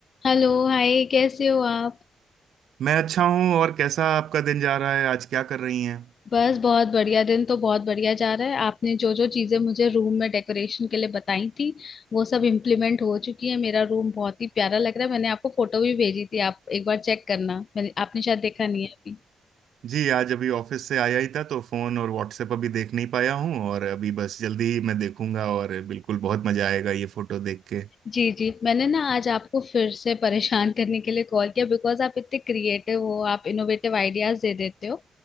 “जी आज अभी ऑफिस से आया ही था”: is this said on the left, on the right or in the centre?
Right